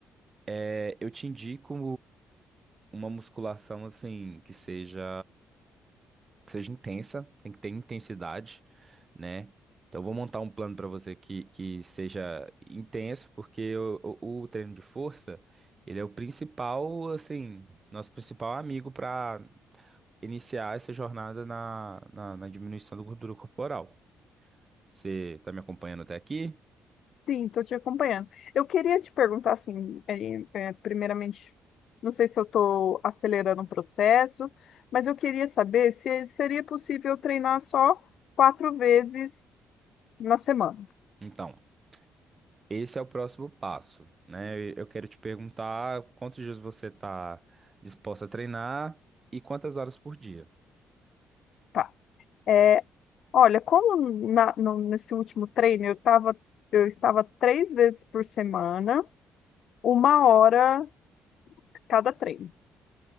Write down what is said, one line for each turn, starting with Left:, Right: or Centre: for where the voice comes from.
Right: eh, eu te indico uma musculação assim que seja que seja intensa, tem que ter intensidade, né? Então, eu vou montar um plano para você que, que seja intenso, porque o, o, o treino de força, ele é o principal, assim, nosso principal amigo para iniciar essa jornada na, na, na diminuição da gordura corporal. Você está me acompanhando até aqui?
Left: Sim, estou te acompanhando. Eu queria te perguntar, assim, eh, eh, primeiramente, não sei se eu estou acelerando o processo, mas eu queria saber se seria possível treinar só quatro vezes na semana.
Right: Então, esse é o próximo passo, né? Eu eu quero te perguntar quantos dias você está disposto a treinar e quantas horas por dia,
Left: Tá. É, olha, como na- no- nesse último treino eu tava, eu estava três vezes por semana, uma hora cada treino.